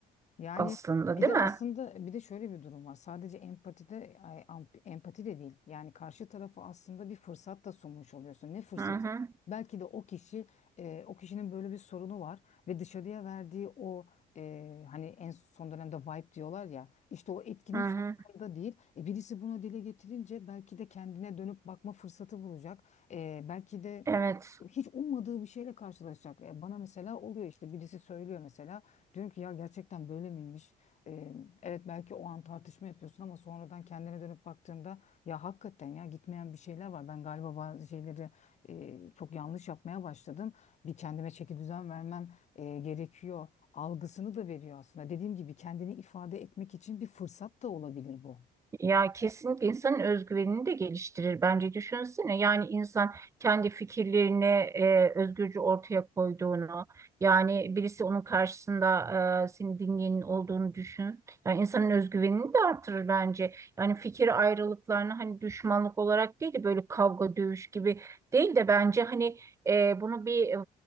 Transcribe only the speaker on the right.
aslında
değil
mi?
Hı hı,
hı
hı.
Evet.
Ya kesinlikle insanın özgüvenini de geliştirir bence düşünsene yani insan kendi fikirlerini e, özgürce ortaya koyduğunu yani birisi onun karşısında e, seni dinleyenin olduğunu düşün yani insanın özgüvenini de artırır bence yani fikir ayrılıklarını hani düşmanlık olarak değil de böyle kavga dövüş gibi değil de bence hani e, bunu bir e,